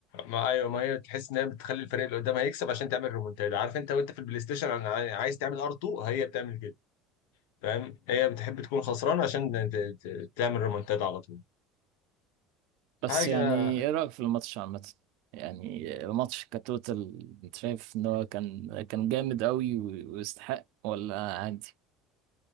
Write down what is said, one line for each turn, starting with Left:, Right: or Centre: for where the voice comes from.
Left: ما ايوه ما هي تحس ان هي بتخلي الفريق اللي قدام هيكسب عشان تعمل ريمونتادا عارف انت وانت في البلاي ستيشن انا عاي- عايز تعمل ار 2 هي بتعمل كده فاهم هي بتحب تكون خسران عشان ت- ت- تعمل ريمونتادا على طول
Right: بس
Left: حاجه
Right: يعني ايه رأيك في الماتش عامة يعني الماتش كتوتال انت شايف ان هو كان كان جامد قوي و- ويستحق ولا عادي